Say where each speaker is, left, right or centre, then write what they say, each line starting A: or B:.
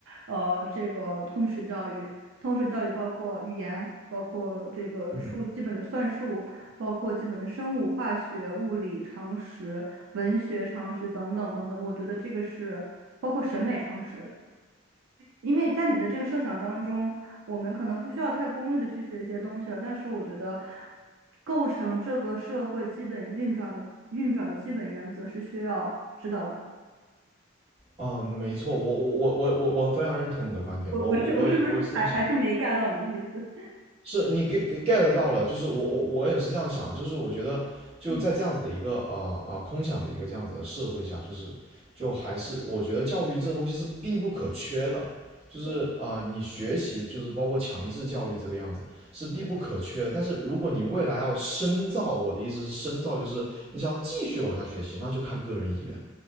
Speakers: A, on the right; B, on the right.
A: 呃，这个通识教育。通识教育包括语言，包括这个数基本的算术，
B: 嗯。
A: 包括基本的生物、化学、物理常识、文学常识等等等等。我觉得这个是包括审美常识。因为在你的这个设想当中，我们可能不需要太功利的去学一些东西了，但是我觉得，构成这个社会基本运转的运转的基本原则是需要知道的。
B: 嗯，没错，我我我我我我非常认同你的观点，
A: 我我是我是不是还还是没
B: 我我我也我也是这样想，
A: get 到你的意思？
B: 是你 get get- get 到了，就是我我我也是这样想，就是我觉得就在这样子的一个呃呃空想的一个这样子的社会下，
A: 嗯，
B: 就是就还是我觉得教育这东西是必不可缺的，就是啊呃你学习就是包括强制教育这个样子是必不可缺的，
A: 对
B: 但是如果你未来要深造，我的意思是深造就是你想要继续往下学习，那就看个人意愿了，